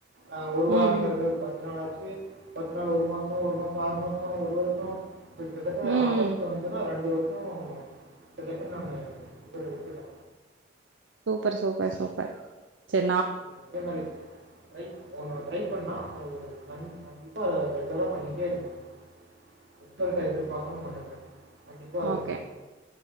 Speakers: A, on the right (about 65°); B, on the right (about 85°).
A: ஆ ஒரு வாரோங்கிறது
B: ம் ம்
A: பத் ள் ஆச்சு பத்து நாள் ஒரு மாசோ ஒரு மாசோ ஆறு மாசோ ஒரு வருஷோ கிட்டத்தட்ட
B: ம்
A: ஆகஸ்ட்
B: ம்
A: வந்துசுன்னா ரெண்டு வ க்கு கிட்டத்தட்ட நம்ம பிப்ரவரி போய்ட்டோ
B: சூப்பர் சூப்பர் சூப்பர் ச்செல்
A: நீங்க அதே மாரி ரை ஒன்னு ட்ரை பண்லா அது ஒரு ஃபன் ஃபன் கண்டிப்பா ரெகுலரா பண்ணிட்டே இருக்குனு ரித்தல்ட்ட எதிர்பாக்காம பண்ணுங்க கண்டிப்பா அது
B: ஓகே
A: <inaudible>